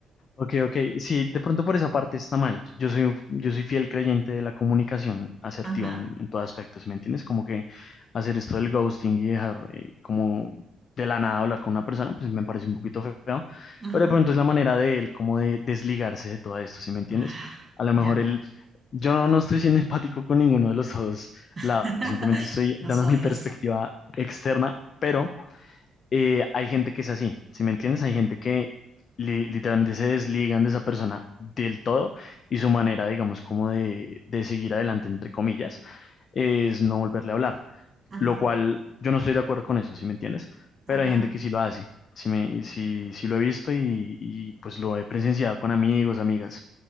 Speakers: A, on the left; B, on the right.
A: Ok, ok. Sí, de pronto por esa parte está mal. Yo soy, un- yo soy fiel creyente de la comunicación asertiva
B: Ajá,
A: en, en todo aspecto, ¿sí me entiendes? Como que hacer esto del ghosting y dejar eh, como de la nada hablar con una persona, pues me parece un poquito feo,
B: ajá.
A: pero de pronto es la manera de él como de desligarse de todo esto, ¿sí me entiendes?
B: Ah,
A: A lo
B: ya.
A: mejor él, yo no, no estoy siendo <laughs> empático con ninguno de los dos
B: <laughs>
A: lados, simplemente estoy
B: Los
A: dando
B: odias.
A: mi perspectiva externa, pero eh, hay gente que es así, si me entiendes? Hay gente que li- literalmente se desligan de esa persona del todo y su manera, digamos, como de, de seguir adelante, entre comillas, es no volverle a hablar,
B: Ajá,
A: lo cual yo no estoy de acuerdo con eso, si me entiendes?
B: ajá,
A: Pero hay gente que sí lo hace, sí, me, sí, sí lo he visto y, y, pues lo he presenciado con amigos, amigas,